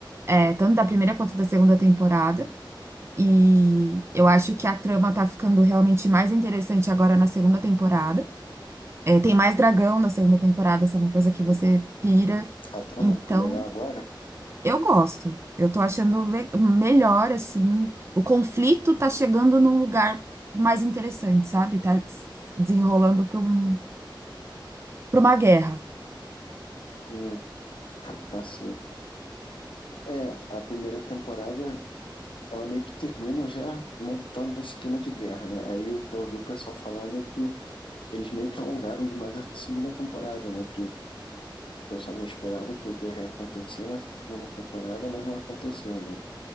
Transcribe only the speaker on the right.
eh, tanto da primeira quanto da segunda temporada. E eu acho que a trama tá ficando realmente mais interessante agora na segunda temporada. Eh, tem mais dragão na segunda temporada, essa é uma coisa que
você pira.
Então,
Eu gosto. Eu tô achando le- melhor, assim. O conflito tá chegando num lugar mais interessante, sabe? Tá des- desenrolando para um, para uma guerra.